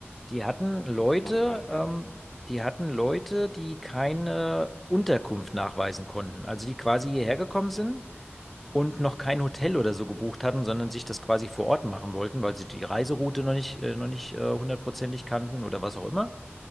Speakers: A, in the centre; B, on the left (about 60°).
A: die hatten Leute,
B: Das macht keinen Sinn.
A: ähm, die hatten Leute, die keine Unterkunft nachweisen konnten. Also die quasi hierher gekommen sind und noch kein Hotel oder so gebucht hatten, sondern sich das quasi vor Ort machen wollten, weil sie die Reiseroute noch nicht, äh, noch nicht äh, hundertprozentig kannten oder was auch immer.